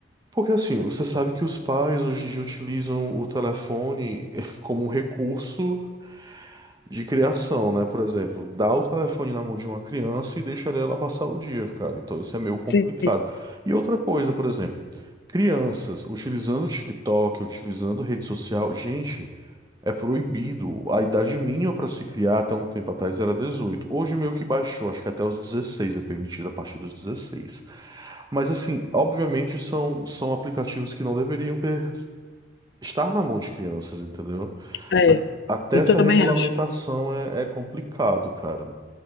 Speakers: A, on the right; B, on the left.
A: Porque assim, você sabe que os pais hoje em dia utilizam o telefone <laughs> como um recurso de criação, né? Por exemplo, dá o telefone na mão de uma criança e deixa ela passar o dia, cara. Então isso é meio complicado.
B: Sim,
A: E outra coisa, por exemplo, crianças utilizando o TikTok, utilizando rede social, gente. É proibido. A idade mínima para se criar até um tempo atrás era 18. Hoje meio que baixou, acho que até os 16 é permitido a partir dos 16. Mas assim, obviamente são, são aplicativos que não deveriam ter estar na mão de crianças, entendeu?
B: é.
A: A- Até
B: Eu
A: essa
B: também
A: regulamentação
B: acho.
A: é, é complicado, cara.